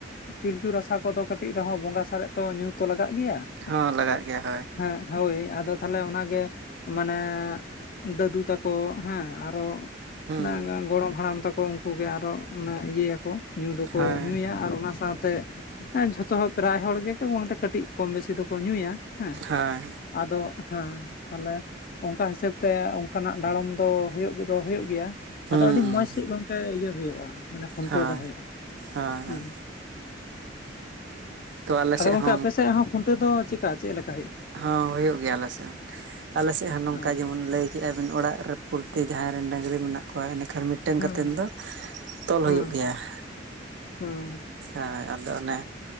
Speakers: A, on the left (about 45°); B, on the right (about 65°).
A: ᱯᱤᱞᱪᱩ ᱨᱟᱥᱟ ᱠᱚᱫᱚ ᱠᱟᱹᱴᱤᱡ ᱨᱮᱦᱚᱸ ᱵᱚᱸᱜᱟ ᱥᱟᱨᱮᱡ ᱛᱚ ᱧᱩᱛᱚ ᱞᱟᱜᱟᱜ ᱜᱮᱭᱟ ᱾
B: ᱦᱚᱸ ᱞᱟᱜᱟᱜ ᱜᱮᱭᱟ ᱦᱳᱭ ᱾
A: ᱦᱮᱸ ᱦᱳᱭ ᱟᱫᱚ ᱛᱟᱦᱟᱞᱮ ᱚᱱᱟ ᱜᱮ ᱢᱟᱱᱮ ᱫᱟᱹᱫᱩ ᱛᱟᱠᱚ ᱦᱮᱸ ᱟᱨᱚ
B: ᱦᱩᱸ
A: ᱱᱟ ᱚᱱᱟ ᱜᱚᱲᱚᱢ ᱦᱟᱲᱟᱢ ᱛᱟᱠᱚ ᱩᱝᱠᱩ ᱜᱮ ᱟᱨᱚ ᱚᱱᱟ ᱤᱭᱟᱹᱭᱟᱠᱚ ᱾ ᱧᱩ ᱫᱚᱠᱚ
B: ᱦᱳᱭ
A: ᱧᱩᱭᱟ ᱟᱨ ᱚᱱᱟ ᱥᱟᱶᱛᱮ ᱦᱮᱸ ᱡᱷᱚᱛᱚ ᱦᱚᱲ ᱯᱨᱟᱭ ᱦᱚᱲ ᱜᱮ ᱠᱚ <unintelligible> ᱠᱟᱹᱴᱤᱡ ᱠᱚᱢ ᱵᱮᱥᱤ ᱫᱚᱠᱚ ᱧᱩᱭᱟ ᱦᱮᱸ᱾
B: ᱦᱳᱭ
A: ᱟᱫᱚ ᱦᱮᱸ ᱛᱟᱦᱟᱞᱮ ᱚᱝᱠᱟ ᱦᱤᱥᱟᱹᱵᱽ ᱛᱮ ᱚᱝᱠᱟᱱᱟᱜ ᱰᱟᱸᱲᱚᱢ ᱫᱚ ᱦᱩᱭᱩᱜ ᱜᱮᱫᱚ ᱦᱩᱭᱩᱜ ᱜᱮᱭᱟ ᱾
B: ᱦᱩᱸ
A: ᱟᱫᱚ ᱟᱹᱰᱤ ᱢᱚᱸᱡᱽ ᱥᱟᱺᱦᱤᱡ ᱜᱚᱝᱠᱮ ᱤᱭᱟᱹ ᱦᱩᱭᱩᱜᱼᱟ ᱢᱟᱱᱮ ᱠᱷᱩᱱᱴᱟᱹᱣ
B: ᱦᱳᱭ
A: ᱫᱚ ᱦᱩᱭᱩᱜᱼᱟ ᱾
B: ᱦᱳᱭ
A: ᱦᱩᱸ ᱾
B: ᱛᱚ ᱟᱞᱮ
A: ᱟᱫᱚ
B: ᱥᱮᱫ
A: ᱜᱚᱝᱠᱮ
B: ᱦᱚᱸ
A: ᱟᱯᱮ
B: ᱚᱱᱠ-
A: ᱥᱮᱜ ᱦᱚᱸ ᱠᱷᱩᱱᱴᱟᱹᱣ ᱫᱚ ᱪᱮᱜᱠᱟ ᱪᱮᱫ ᱞᱮᱠᱟ ᱦᱩᱭᱩᱜᱼᱟ?
B: ᱦᱚᱸ ᱦᱩᱭᱩᱜ ᱜᱮᱭᱟ ᱟᱞᱮᱥᱮᱜ ᱦᱚᱸ ᱟᱞᱮᱥᱮᱜ ᱦᱚᱸ ᱱᱚᱝᱠᱟ
A: ᱚ
B: ᱡᱮᱢᱚᱱ ᱞᱟᱹᱭ ᱠᱮᱜ ᱟᱹᱵᱤᱱ ᱚᱲᱟᱜ ᱨᱮ ᱯᱩᱨᱛᱤ ᱡᱟᱦᱟᱸᱭ ᱨᱮᱱ ᱰᱟᱹᱝᱨᱤ ᱢᱮᱱᱟᱜ ᱠᱚᱣᱟ ᱮᱱᱮᱠᱷᱟᱱ ᱢᱤᱫ ᱢᱤᱫᱴᱮᱱ
A: ᱦᱩᱸ
B: ᱠᱟᱛᱮᱱ ᱫᱚ ᱛᱚᱞ
A: ᱦᱩᱸ
B: ᱦᱩᱭᱩᱜ ᱜᱮᱭᱟ ᱾
A: ᱦᱩᱸ
B: ᱟᱸ ᱟᱫᱚ ᱚᱱᱮ